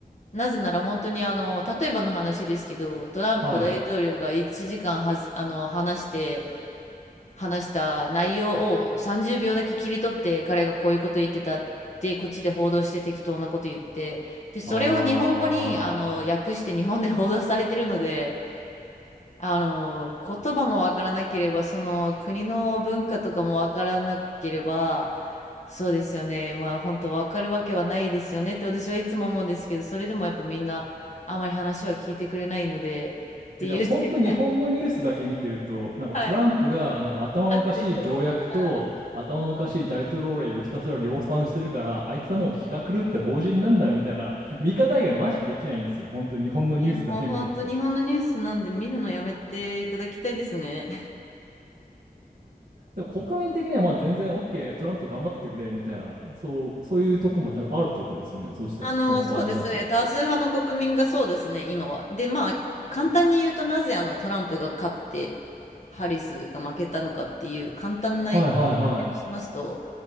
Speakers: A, on the left; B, on the right.
A: なぜなら本当にあの、例えばの話ですけど、トランプ大統領が1時間はじ、
B: はい。
A: あの、話して、話した内容を30秒だけ切り取って、彼がこういうこと言ってたって、こっちで報道して適当なこと言って、で、それを日本語にあの、
B: ああ。
A: 訳して日本で報道されてるので、あの、言葉もわからなければ、その国の文化とかもわからなければ、そうですよね。まあ本当わかるわけはないですよねって私はいつも思うんですけど、それでもやっぱみんなあまり話は聞いてくれないので、っていう。
B: え、だ本当日本のニュースだけ見てると、
A: <laughs>
B: なんかトランプがなんか頭のおかしい条約と頭のおかしい大統領令をひたすら量産してるから、
A: はい。悪でしょは
B: あいつはもう気が狂った老人なんだみたいな見方以外マジできないんですよ。本当日本のニュースだけ見てると。
A: いえーもう本当日本のニュースなんで見るのやめていただきたいですね。
B: でも国民的にはまあ全然 OK、トランプ頑張ってくれみたいな、そう、そういうとこもちゃんとあるってことですよね。そしたら、
A: あの、
B: その感じだと。
A: そうですね。多数派の国民がそうですね、今は。で、まあ、簡単に言うとなぜあのトランプが勝って、ハリスが負けたのかっていう簡単な説明をしますと、
B: はいはいはい。